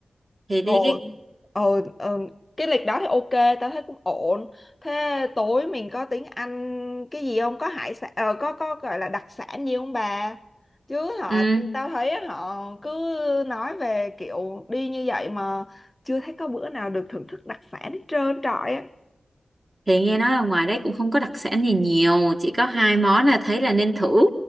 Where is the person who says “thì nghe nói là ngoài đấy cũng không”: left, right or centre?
Right